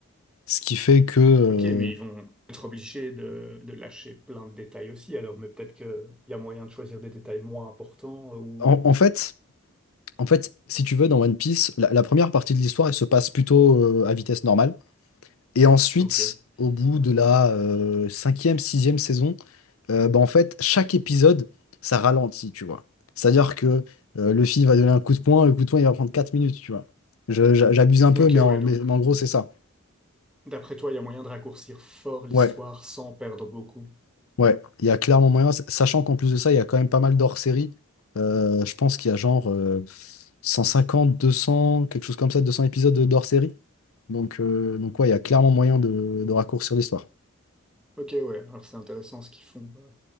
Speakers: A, on the left (about 80°); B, in the centre.
A: Ce qui fait que... euh,
B: Ok, mais ils vont être obligés de, de lâcher plein de détails aussi, alors, mais peut-être qu'il y a moyen de choisir des détails moins importants euh, ou...
A: en,
B: euh,
A: en fait, en fait, si tu veux, dans One Piece, la, la première partie de l'histoire, elle se passe plutôt euh, à vitesse normale. Et ensuite,
B: Ok.
A: au bout
B: Ouais.
A: de la euh, cinquième, sixième saison, euh, bah, en fait, chaque épisode, ça ralentit, tu vois. C'est-à-dire que euh, le film va donner un coup de poing, le coup de poing, il va prendre 4 minutes, tu vois. Je- j'a- j'abuse un peu,
B: Ok,
A: mais en,
B: ouais, donc,
A: mais- mais en gros, c'est ça.
B: d'après toi, il y a moyen de raccourcir fort l'histoire
A: Ouais,
B: sans perdre beaucoup.
A: ouais, il y a clairement moyen, s- sachant qu'en plus de ça, il y a quand même pas mal dhors série. Euh, je pense qu'il y a genre euh, cent cinquante, deux cents, quelque chose comme ça, 200 épisodes d'hors-série. Donc, euh, donc ouais, il y a clairement moyen de, de raccourcir l'histoire.
B: Ok, ouais, alors c'est intéressant ce qu'ils font. euh,